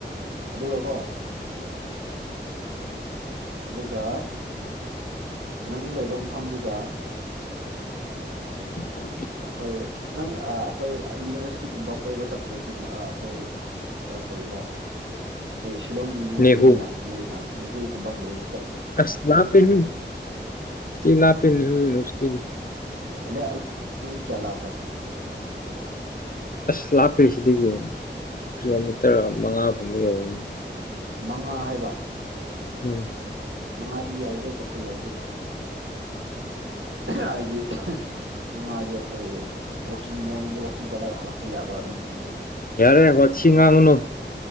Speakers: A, on the right; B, on the left.
A: ꯑꯗꯨꯒꯀꯣ ꯑꯗꯨꯒ ꯅꯪ ꯂꯩꯕ ꯃꯐꯝꯗꯨꯒ
B: <unintelligible>
A: ꯑꯩꯈꯣꯏ ꯅꯪ ꯑꯩꯈꯣꯏ ꯌꯨꯅꯤꯚꯔꯁꯤꯇꯤꯒꯨꯝꯕ ꯀꯣꯏꯕ ꯆꯠꯇ꯭ꯔꯖꯤꯝ ꯑꯩꯈꯣꯏ ꯀꯔꯤꯕ ꯁꯤꯤꯂꯣꯝꯒꯤ ꯌꯨꯅꯤꯚꯔꯁꯤꯇꯤ
B: ꯅꯦꯍꯨ
A: ꯃꯌꯥꯝꯁꯨ ꯂꯩꯌꯦꯅ ꯅꯦꯍꯨꯒꯨꯝꯕ ꯀꯩ
B: ꯑꯁ ꯂ ꯄꯦꯅꯤ ꯏꯁꯇꯤ ꯂꯥ ꯄꯅꯤ ꯔꯣꯁꯇꯤꯗꯤ
A: ꯑ ꯑꯥꯃꯤꯗ ꯀꯌꯥ ꯂꯥꯄ꯭ꯔꯥ
B: ꯑꯁ ꯂꯥꯞꯄꯔꯤꯁꯤꯗꯒꯤ ꯀꯤꯂꯣꯃꯤꯇꯔ ꯃꯉꯥ ꯐꯥꯎ ꯑꯃ ꯌꯧꯔꯅꯤ
A: ꯃꯉꯥ ꯍꯥꯏꯕ
B: ꯎꯝ
A: ꯃꯥꯗꯤ ꯌꯥꯏ ꯍꯦ ꯆꯠꯠꯇ ꯌꯥ ꯍꯦ ꯁꯤꯦꯁ ꯍꯥꯏꯗꯤ ꯃꯉꯥꯗꯤ ꯑꯩꯈꯣꯏ ꯋꯥꯋꯀꯤꯡ ꯃꯣꯔꯅꯤꯡꯗ ꯋꯥꯋꯥꯛꯀꯤꯡ ꯆꯠꯂꯒ ꯍꯜꯂꯛꯄ ꯌꯥꯕ ꯂꯝꯕꯤꯅꯤ ꯀꯌꯥ
B: ꯌꯥꯔꯦ ꯍꯆꯤꯡ ꯉꯥꯡꯅꯣ